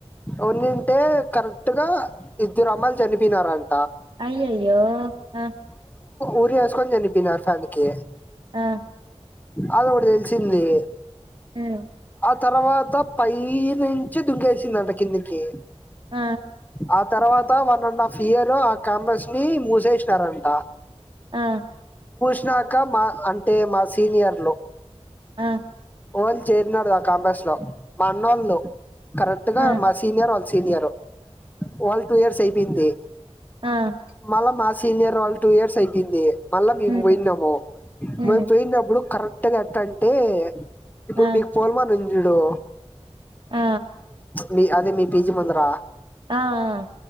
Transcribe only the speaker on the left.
ఒన్నింటే కరెక్ట్ గా ఇద్దరమ్మైలు చనిపోనారు ఆల్
ఊరి ఏస్కోని చనిపోయినరూ ఫ్యాన్కి
అదోటి తెల్సింది
తర్వాత పై నుంచి దుంకేసిందట కిందికి
ఆ తర్వాత వన్ అండ్ హాఫ్ ఇయర్ ఆ క్యాంపస్ ని మూసేస్నారంట
వచ్చినాక మా అంటే మా సీనియర్లు
ఒ ళ్ళు చేరినర్ గా క్యాంపస్ లో మా అన్ననోళ్ళు కరెక్ట్ గా
వాళ సీనియర్ వాళ్ళు టూ ఇయర్స్ అయిపోయింది
మళ్ళా మా సీనియర్ వాళ్ళు టూ ఇయర్స్ అయిపోంది ఆన్ల మేం
పోయినాము
మేం పోయినప్పుడు కర ఎట్ట గట్టంటే ఇప్పుడు
మీకు పోలమా రింజూడు
మీ అదే మీ పీజి ముందరా